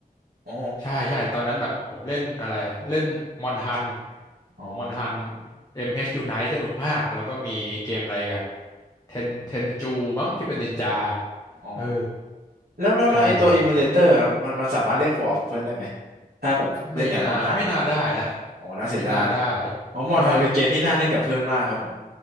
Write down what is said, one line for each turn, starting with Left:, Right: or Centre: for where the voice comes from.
Right: อ๋อ
Left: ใช่ใช่ตอนนั้นแบบผมเล่นอะไรอ่ะเล่นมอนฮันโหมอนฮัน
Right: อ๋อ
Left: MH Unite สนุกมากแล้วก็มีเกมอะไรอีกันเทนเทนจูมั้งที่เป็นนินจา
Right: อ๋อ
Left: เออ
Right: แล้วแล้วแล้วไอตัว
Left: ใช่ครับ
Right: emulator ครับมันมันสามารถเล่นโคออปกับเพื่อนได้ไหมถ้าแบบเล่นอย่างมอนทันเหรอ
Left: ไม่น่าไม่น่าได้นะ
Right: โอ้น่าเสียดาย
Left: ไม่น่าได้
Right: เพราะมอนทันเป็นเกมที่น่าเล่นกับเพื่อนมากครับผม
Left: เออ